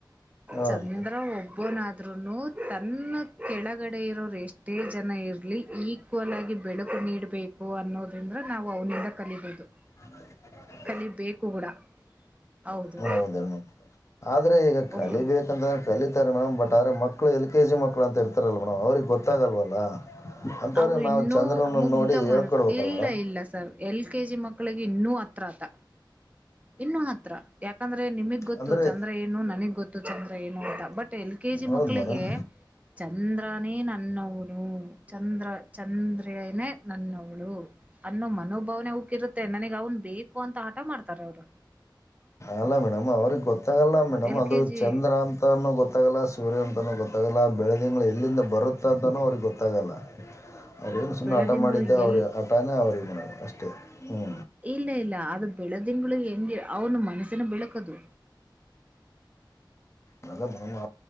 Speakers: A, on the left; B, on the right.
A: ಹಾಂ
B: ಚಂದ್ರ
A: ಮೇಡಮ್
B: ಒಬ್ಬೊ ನ ತನ್ನ ಕೆಳಗಡೆ ಇರೋರು ಎಷ್ಟೇ ಜನ ಇರಲಿ ಈಕ್ವಲ್ ಆಗಿ ಬೆಳಕು ನೀಡ್ಬೇಕು ಅನ್ನೋದ್ರಿಂದ್ರ ನಾವು ಅವನಿಂದ ಕಲಬೋುದು
A: ಹ
B: ಕಲಿಬೇಕು ಕೂಡ ಹೌದು
A: ಹೌದ ಆದ್ರೆ ಈಗ ಕಲಿಬೇಕಂತ್ರೆ
B: ಒಬ್ಬ
A: ಕಲಿತ ಮೇಡಮ್ ಬಟ್ ಆದ್ರೆ ಮಕ್ಕಳ ಎಲ್ ಕೆ ಜಿ ಮಕ್ಕಳ ಅಂತ ಇರ್ತಾರಲ್ಲ ಮೇಡಮ್ ಅವ್ರರಿಗೆ ಗೊತ್ತಾಗಲ್ವಲ್ಲ ಅಂಥವ್ರಿಗೆ
B: ಅವು ಇನ್ನೂ
A: ನಾವು ಚಂದ್ರನ
B: ಮುಗ್ಧ
A: ನೋಡಿ
B: ಮನ್
A: ಹೇಳ್ಕೊಡ್ಬೇಕಲ್ಲ
B: ಇಲ್ಲ
A: ಮೇಡಮ್
B: ಇಲ್ಲ ಸರ್ ಎಲ್ ಕೆ ಜಿ ಮಕ್ಕಳಿಗೆ ಇನ್ನೂ ಹತ್ರ ಮತ್ತ ಇನ್ನು ಹತ್ರ ಯಾಕಂದ್ರೆ ನಿಮಗ್ ಗೊತ್ತು
A: ಅಂದರೆ
B: ಚಂದ್ರ ಏನು ನನಗ್ ಗೊತ್ತು ಚಂದ್ರ ಏನು ಅಂತ ಬಟ್ ಎಲ್ ಕೆ ಜಿ
A: ಹೌದು
B: ಮಕ್ಕಳಿಗೆ
A: ಮೇಡಮ್
B: ಚಂದ್ರನೇ ನನ್ನವನು ಚ್ರ ಚಂದ್ರನೇ ನನ್ನವಳು ಅನ್ನೋ ಮನೋಭಾವನೆ ಬಿರುತ್ತೆ ನನಗ್ ಅವನ್ ಬೇಕು ಅಂತ ಆಟ ಮಾಡ್ತಾರೆ ಅವ್ರು
A: ಅಲ್ಲ ಮೇಡಮ್ ಅವ್ರಿಗೆ ಗೊತ್ತಾಗಲ್ಲ ಮೇಡಮ್
B: ಎಲ್
A: ಅದು
B: ಕೆ ಜಿ
A: ಚಂದ್ರ ಅಂತಾನೂ ಗೊತ್ತಾಗಲ್ಲ ಸೂರ್ಯ ಅಂತಾನೂ ಗೊತ್ತಾಗಲ್ಲ ಎಲ್ಲ ಬೆಳೆದಂಗಳು ಎಲ್ಲಿಂದ ಬರುತ್ತ ಅಂತಲೂ ಅವ್ರಿಗೆ ಗೊತ್ತಾಗಲ್ಲ ಅವ್ರೇನು
B: ಸರ್
A: ಸುಮ್ಮ
B: ಬೆಳೆದಿಂಗಳು
A: ಆಟ ಮಾಡಿದ್ದೆ ಅವ್ರ
B: ಎಲ್
A: ಆಟನೇ ಅವ್ರಿಗೆ ನ ಅಷ್ಟೇ ಹ್ಞೂ
B: ಇಲ್ಲ ಇಲ್ಲ ಅದು ಬೆಳೆದಿಂಗಳು ಹೆಂಗಿ ಅವನು ಮನಸನ ಬೆಳಕದು
A: ನಲ್ಲ ಮ